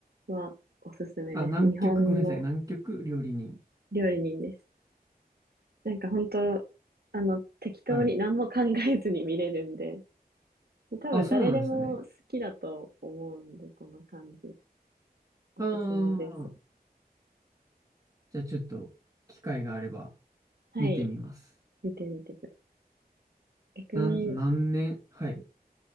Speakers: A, on the right; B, on the right.
A: はおすすめです。
B: あ、南極、
A: 日本の
B: ごめんなさい、南極料理人。
A: 料理人です。なんか本当、あの、適当に何も考えずに見れるんで、
B: はい。
A: 多分誰でも好きだと思うんで、
B: あ、そうなんですね。
A: この感じ。おすすめです。
B: ああ、じゃあちょっと機会があれば
A: はい。
B: 見てみます。
A: 見てみてください。逆に、
B: なん、何年はい。